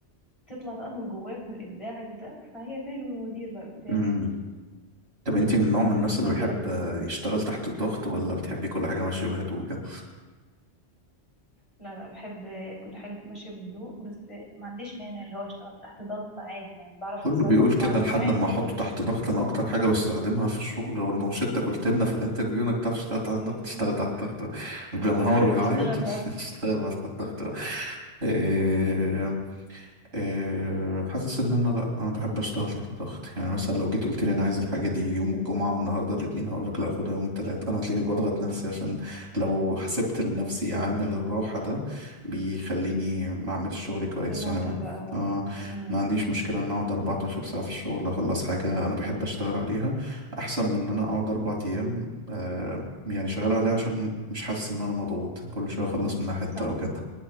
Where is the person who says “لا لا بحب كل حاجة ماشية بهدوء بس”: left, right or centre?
Left